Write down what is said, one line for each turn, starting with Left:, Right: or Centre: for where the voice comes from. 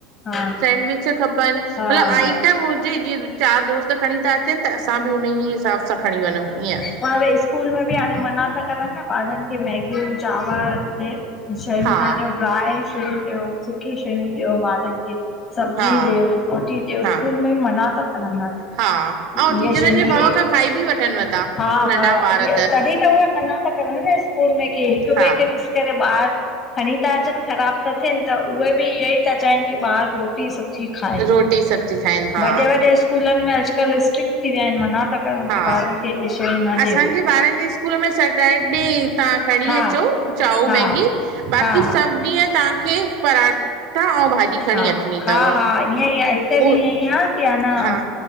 Left: हा
Right: सेंंडविच खपनि, मतलबु
Left: हा
Right: आइटम
Left: हा
Right: हुजे जीअं चारि दोस्त त खणी था अचनि, त असां बि उन ई हिसाब सां खणी वञूं ईअं।
Left: ह स्कूल में बि हाणे मना था करनि न ॿारनि की मैगियूं, चांवर, शयूं
Right: हा
Left: न ॾियो ड्राय शयूं ॾियो। सुकी शइयूं ॾियो ॿारन खे। सब्जी
Right: हा
Left: ॾियो, रोटी ॾियो,
Right: हा
Left: स्कूल में मना ता कर हाणे।
Right: हा
Left: हिये
Right: ऐं टीचरनि
Left: शइयूं
Right: जे भउ खां खाई बि वठनव था।
Left: हा
Right: नंढा
Left: हा इअ
Right: ॿार
Left: तॾहिं त उहे मना त कर न स्कूल में की हिक ॿिए
Right: हा
Left: खे ॾिस ॿार खणी था, अचनि ख़राब था थियनि, त उहे बि इह ई था चाहिनि कि ॿार रोटी स ब्जी खारिज,
Right: रोटी सब्जी खाइनि हा
Left: वॾे वॾे स्कूल स्कूलनि में अॼुकल्ह स्ट्रिक्ट थी विया आहिनि, मना था करनि
Right: हा
Left: कि ॿारनि खे इहे शयूं ॾियो।
Right: असांजे ॿारनि जे स्कूल में सैटरडे तां खणी
Left: हा
Right: अचो चाओ
Left: हा
Right: मैगी। बाक़ी
Left: हा हा
Right: सभु ॾींहं तव्हांखे पराठा ऐं भाॼी खणी
Left: हा,
Right: अचणी
Left: हा
Right: अथव
Left: हा ईअं ई आहे हिते
Right: उ
Left: बि ईअ ई आहे कि आ न
Right: हा